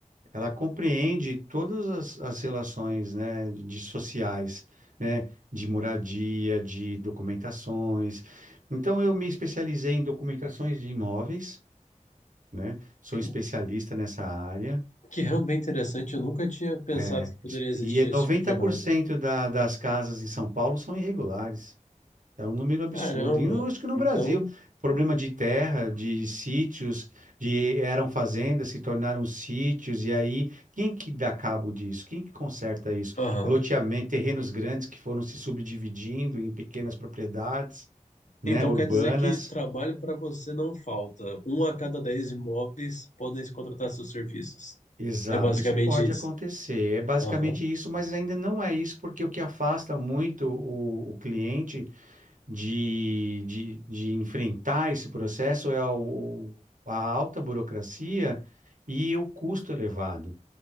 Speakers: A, on the right; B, on the left.
A: ela compreende todas as, as relações, né, de sociais, né, de moradia, de documentações. Então, eu me especializei em documentações de imóveis, né, sou
B: Que,
A: especialista nessa área.
B: que ramo bem interessante, eu nunca tinha pensado
A: É,
B: que poderia
A: es-
B: existir
A: e
B: esse
A: 90%
B: tipo de ramo.
A: da, das casas em São Paulo são irregulares. É um número absurdo.
B: Caramba!
A: E eu acho que no
B: Então,
A: Brasil, problema de terra, de sítios, de eram fazendas, se tornaram sítios, e aí quem que dá cabo disso? Quem que conserta isso?
B: Aham.
A: Loteamento, terrenos grandes que foram se subdividindo em pequenas propriedades, né,
B: Então
A: urbanas.
B: quer dizer que trabalho para você não falta. Um a cada dez imóveis podem se contratar seus serviços.
A: Exato,
B: É basicamente
A: isso pode
B: isso.
A: acontecer. É basicamente
B: Aham,
A: isso, mas ainda não é isso, porque o que afasta muito o, o cliente de, de, de enfrentar esse processo é o- a alta burocracia e o custo elevado.